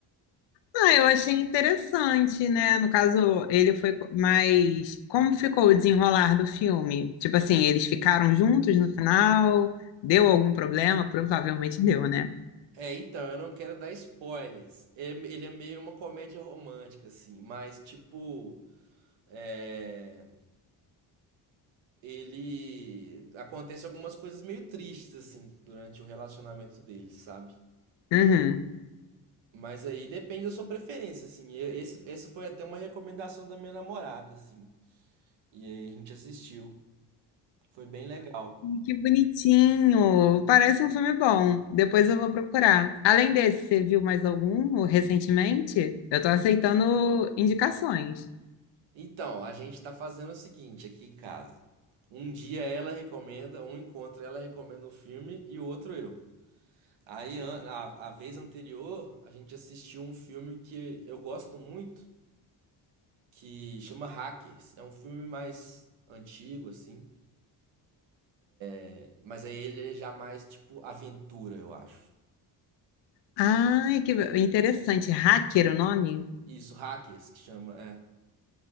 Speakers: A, on the left; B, on the right.
A: Ah, eu achei interessante, né? No caso, ele foi co- mais. Como ficou o desenrolar do filme? Tipo assim, eles ficaram juntos no final? Deu algum problema? Provavelmente deu, né?
B: É, então, eu não quero dar spoilers. Ele, ele é meio uma comédia romântica, assim, mas tipo. É... Ele. Acontece algumas coisas meio tristes, assim, durante o relacionamento deles, sabe?
A: Uhum.
B: Mas aí depende da sua preferência, assim. Eu- Esse, essa foi até uma recomendação da minha namorada, assim. E aí a gente assistiu. Foi bem legal.
A: Que bonitinho! Parece um filme bom. Depois eu vou procurar. Além desse, você viu mais algum recentemente? Eu tô aceitando indicações.
B: Então, a gente tá fazendo o seguinte aqui em casa. Um dia ela recomenda, um encontro ela recomenda um filme e o outro eu. Aí, an- a, a vez anterior, a gente assistiu um filme que eu gosto muito, que chama Hackers. É um filme mais antigo, assim. é, Mas aí ele é já mais tipo aventura, eu acho.
A: Ai, que interessante. Hacker, o nome?
B: Isso, Hackers que chama, é.